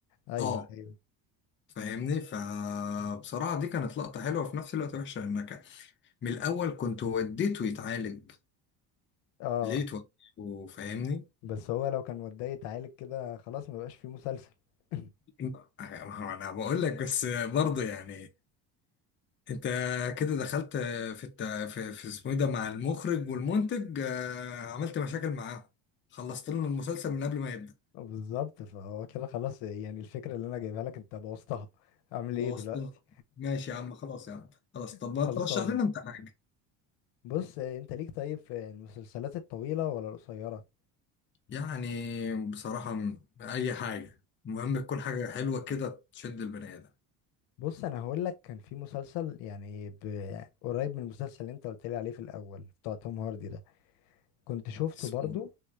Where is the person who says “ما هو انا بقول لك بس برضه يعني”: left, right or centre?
Left